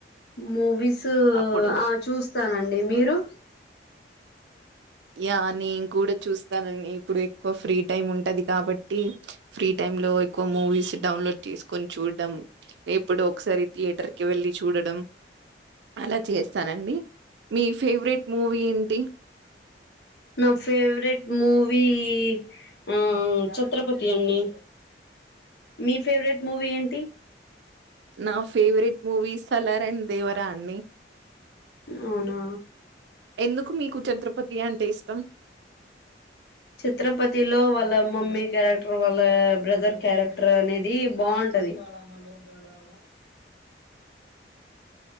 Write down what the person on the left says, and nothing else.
మూవీస్
ఆ చూస్తానండి మీరు
నా ఫేవరెట్ మూవీ ఆ ఛత్రపతి అండి మీ ఫేవరెట్ మూవీ ఏంటి
అవునా
చిత్రపతి లో వాళ్ళ మమ్మీ క్యారెక్టర్ వాళ్ళ బ్రదర్ క్యారెక్టర్ అనేది బాగు <inaudible>